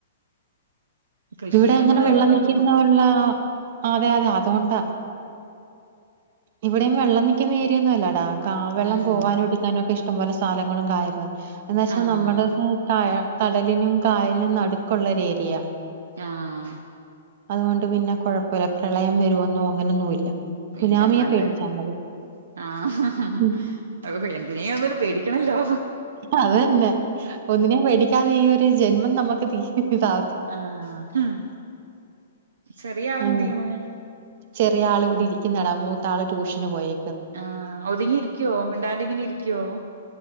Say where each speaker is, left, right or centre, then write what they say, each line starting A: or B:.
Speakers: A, on the right; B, on the right.
A: കൃഷിയിടങ്ങളായതുകൊണ്ട്
B: ഇവിടെ അങ്ങനെ വെള്ളം നിൽക്കുന്ന
A: നമുക്ക് ബുദ്ധിമുട്ട്
B: ഉള്ള അതെ അതെ അതോണ്ടാ ഇവിടെം വെള്ളം നിക്ക്ന്ന ഏരി യൊന്നും അല്ലാടാ ക വെള്ളം
A: ആഹ്
B: പോവാനും എടക്കാനും ഒക്കെ ഇഷ്ടം പോലെ സ്ഥലങ്ങളും കായലുകളും എന്ന വച്ചാ
A: ആഹ്
B: നമ്മുടെ കടലിലും കായലിനും നടുക്കുള്ള ഒരു ഏരിയ
A: ആഹ
B: അതുകൊണ്ട് പിന്നെ കുഴപ്പമില്ല പ്രളയം വരുവെന്നോ അങ്ങനൊന്നും ഇല്ല സുനാമിയെ
A: ഇല്ല നല്ലത്
B: പേടിച്ചാ മതി.
A: ആഹ അ
B: ഉം.
A: അപ്പൊ എന്തിനേം ഒന്നിനെ പേടിക്കണല്ലോ
B: അത് തന്നെ ഒന്നിനേം പേടിക്കാതെ ഈ ഒരു ജന്മം നമുക്ക് തീ താ
A: ആഹ് ഉം ചെറിയ ആളെന്ത്യ്ണു
B: അങ്ങനെ. ചെറിയ ആള് ഇവിടെ ഇരിക്കുന്നടാ മൂത്ത ആള് ട്യൂഷന് പോയെ
A: ആഹ ഒതുങ്ങി ഇരിക്കൊ മിണ്ടാണ്ടെ ഇങ്ങനെ ഇരിക്കോ